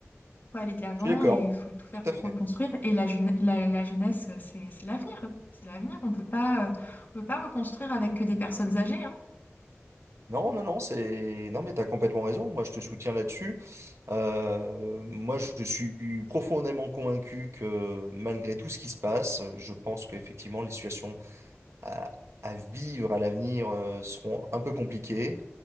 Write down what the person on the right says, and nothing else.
Je suis d'accord.
Tout
à fait.
Non, non, non, c'est... Non, mais t'as complètement raison. Moi, je te soutiens là-dessus. Euh, moi, je suis profondément convaincu que malgré tout ce qui se passe, je pense qu'effectivement, les situations à, à vivre à l'avenir euh, seront un peu compliquées.